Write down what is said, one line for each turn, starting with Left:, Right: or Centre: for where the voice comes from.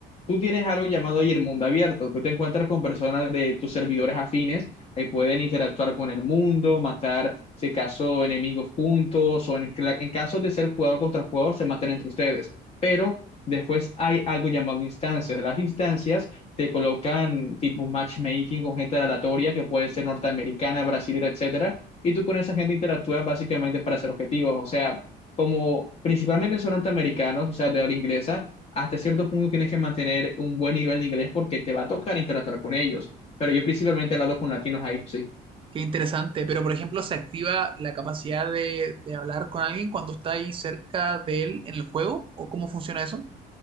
Left: Tú tienes algo llamado ahí el mundo abierto. Tú te encuentras con personas de tus servidores afines que pueden interactuar con el mundo, matar, si acaso, enemigos juntos o en, cla- en caso de ser jugador contra jugador, se matan entre ustedes pero después hay algo llamado instancias. Las instancias te colocan tipo matchmaking con gente aleatoria que puede ser norteamericana, brasilera, etcétera, y tú con esa gente interactúas básicamente para hacer objetivos. O sea, como principalmente son norteamericanos, o sea, de habla inglesa, hasta cierto punto tienes que mantener un buen nivel de inglés porque te va a tocar interactuar con ellos. Pero yo principalmente he hablado con latinos ahí, sí.
Right: Qué interesante, pero por ejemplo, se activa la capacidad de, de hablar con alguien cuando está ahí cerca de él en el juego, ¿o cómo funciona eso?